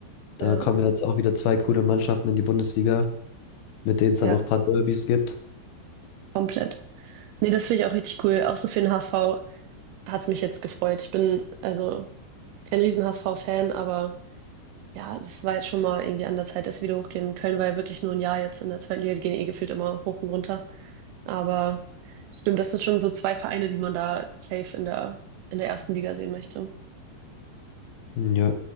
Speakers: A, on the left; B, on the right.
A: Da
B: Ja,
A: kommen ja jetzt auch wieder zwei coole Mannschaften in die Bundesliga, mit denen es
B: ja,
A: dann auch ein paar Derbys gibt.
B: komplett. Nee, das finde ich auch richtig cool. Auch so für den HSV hat's mich jetzt gefreut. Ich bin also kein Riesen-HSV-Fan, aber. Ja, das war jetzt schon mal irgendwie an der Zeit, dass wir wieder hochgehen. Köln war ja wirklich nur ein Jahr jetzt in der zweiten Liga, die gehen eh gefühlt immer hoch und runter. Aber stimmt, das sind schon so zwei Vereine, die man da safe in der, in der ersten Liga sehen möchte.
A: Hm, Ja.